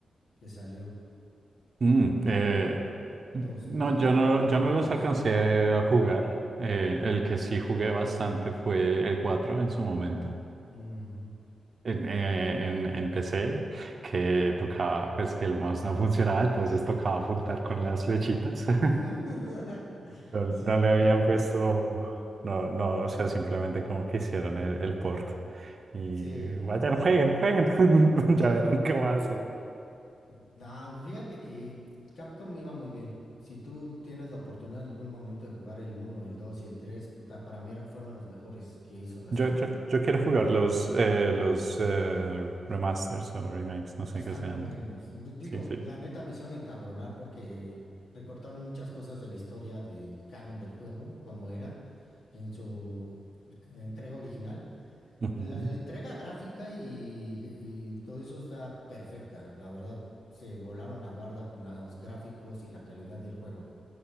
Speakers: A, on the left (about 80°); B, on the right (about 50°).
A: que salió.
B: Mm,
A: Y en
B: eh,
A: el dos
B: no,
A: dos mil
B: yo
A: dos
B: no,
A: mil uno
B: yo
A: creo
B: no
A: el
B: los
A: dos.
B: alcancé a jugar. Eh, el que sí jugué bastante fue el 4 en su momento.
A: Ujú.
B: En, eh, en, en PC, que tocaba, pues que el mouse no <laughs> funcionaba, entonces tocaba apuntar con las flechitas. <laughs>
A: <laughs>
B: No,
A: Sí,
B: no
A: ¿no?
B: le habían puesto, no, no, o sea, simplemente como que hicieron el, el port. Y
A: Sí,
B: vayan,
A: no.
B: jueguen, jueguen,
A: Mm, Sí.
B: <laughs> ya verán qué va a
A: No, fíjate que Capcom me iba muy bien. Si tú tienes la oportunidad en algún momento de jugar el uno, el 2 y el 3, puta, para mí eran- fueron los mejores que hizo la
B: Yo,
A: saga.
B: yo, yo quiero jugar los, eh, los eh, remasters o remakes, no sé
A: Están
B: qué sean.
A: buenos. Digo,
B: Sí, sí.
A: la neta me hicieron encabronar porque recortaron muchas cosas de la historia del canon del juego, como era en su entrega original.
B: Ujú.
A: La, la entrega gráfica y, y todo eso está perfecta. La verdad, se volaron la barda con la- los gráficos y la calidad del juego.